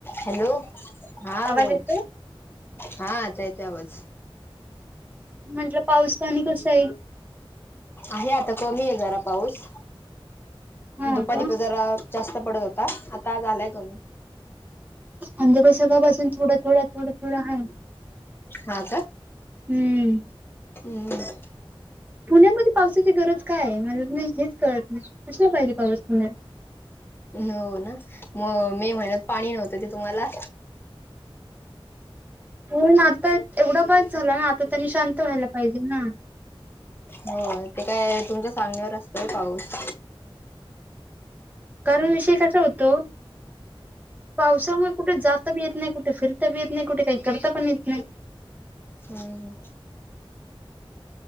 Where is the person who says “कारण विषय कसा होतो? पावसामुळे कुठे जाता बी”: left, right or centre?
Right